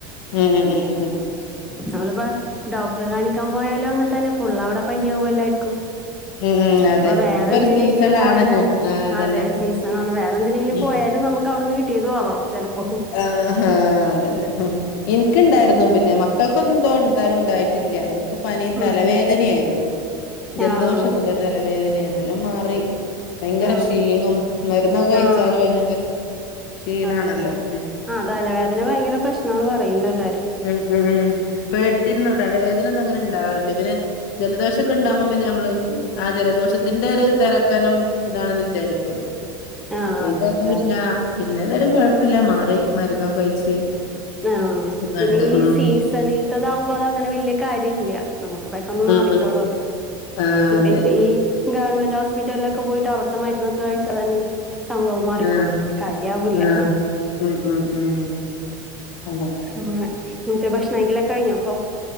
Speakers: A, on the left; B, in the centre.
A: ഉം ഉം ഉം ഉം ഉ
B: നമ്മളിപ്പോ ഡോക്ടറെ കാണിക്കാൻ പോയാലും അങ്ങനെ തന്നെ ഫുള് അവിടെ പനി യാവും ല്ലായിരിക്കും
A: ഉം ഉം അതെ
B: പ്പൊ വേറെന്തിനെങ്കിലും
A: ഇപ്പൊ ഒരു സീസണാണ്
B: പോയതാണ്
A: ആഹ് അതന്നെ
B: അതെ സീസൺ വേറെ എന്തെങ്കിലും
A: ഉം
B: പോയാലും നമുക്ക് വിടുന്ന് കിട്ടിയതും ആവാം ചിലപ്പോൾ
A: ആഹ് ആഹ് അതന്നെ എൻക്കണ്ടായിരുന്നു
B: ഉം
A: പിന്നെ മക്കൾ എനക്കൊന്നുംന്തോന്താലും ഉണ്ടായിട്ടില്ല എനിക്ക് പനിയും തലവേദനയായിരുന്നു
B: ഉം
A: ജലദോഷ
B: ആഹ്
A: ഒന്നുമല്ല തലവേദന ന്തേലും മാറി ഭയങ്കര
B: ആഹ്
A: ക്ഷീണം മരുന്നൊക്കെ കഴിച്ചാല്
B: ആഹ്
A: ഭയങ്കര
B: അതെ
A: ക്ഷീണാണല്ലോ
B: അതെ അതെ
A: ഉം
B: ആഹ് തലവേദന ഭയങ്കര പ്രശ്നന്ന് പറയുന്നു എല്ലാവരും
A: ഉം ഉം ഉം പേടിച്ചിരുന്ന തലവേദന ഒന്നും അങ്ങനെ ണ്ടാവാറില്ലേ പിന്നെ ജലദോഷ ഉണ്ടാകുമ്പ പിന്നെ നമ്മള് ആജല ദോഷത്തിന്റെ ഒരു തരക്കനം ഇതാണെന്ന് വിചാരിക്കുവല്ലോ
B: ആഹ്
A: അപ്പൊ
B: അതെ
A: ഇത് അതല്ല
B: അതെ
A: പിന്നെതാലും കുഴപ്പില്ല മാറി മരുന്നൊ കെ കഴിച്ച്
B: ആഹ്
A: സുഖണ്ട്
B: പിന്നെ ഈ
A: ഉം
B: സീസണിലത്തതാകുമ്പോ അത അങ്ങനെ വലിയ കാര്യം ഇല്ല നമുക്ക് പെട്ടന്ന് മാറിക്കോളൂ
A: ഉം ഉം
B: അത്
A: ആഹ്
B: പ്രത്യേകിച്ച്
A: അതെ
B: ഈ ഗവൺമെന്റ് ഹോസ്പിറ്റലിലൊക്കെ പോയിട്ട് അടത്തെ മരുന്നൊക്കെ കഴിച്ചാ തന്നെ സംഭവം മാറിക്കോളും
A: ആഹ്
B: കാര്യ ആവില്ല
A: ആഹ് ഉം ഉം ഉം അതെ
B: ആങ്ങന വീട്ടിൽ ഭക്ഷണ കഴിക്കൽ കഴിഞ്ഞോ അപ്പൊ